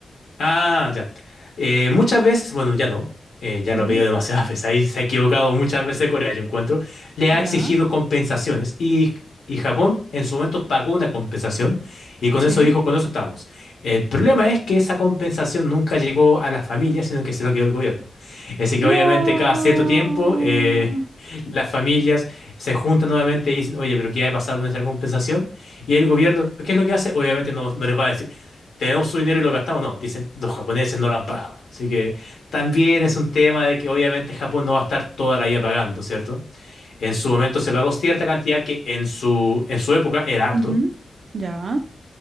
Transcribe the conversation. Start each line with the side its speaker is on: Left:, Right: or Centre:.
Left: Ah, ya. Eh, muchas veces, bueno, ya no, eh, ya
Right: Ujú,
Left: lo ha pedido demasiadas <laughs> veces, ahí se ha equivocado muchas veces Corea, yo encuentro, le ha exigido
Right: Ya,
Left: compensaciones y, y Japón en su momento pagó una compensación y con
Right: sí.
Left: eso dijo, con eso estamos. El problema es que esa compensación nunca llegó a las familias, sino que se lo quedó el gobierno. Así que
Right: ¡Wow!
Left: obviamente cada cierto tiempo eh, las familias se juntan nuevamente y dicen, oye, pero ¿qué ha pasado con esa compensación? Y el gobierno, ¿qué es lo que hace? Obviamente no, no les va a decir, tenemos su dinero y lo gastamos. No, dicen, los japoneses no lo han pagado. Así que también es un tema de que obviamente Japón no va a estar toda la vida pagando, ¿cierto? En su momento se pagó cierta cantidad que en su, en su época era harto,
Right: Ujú, Ya.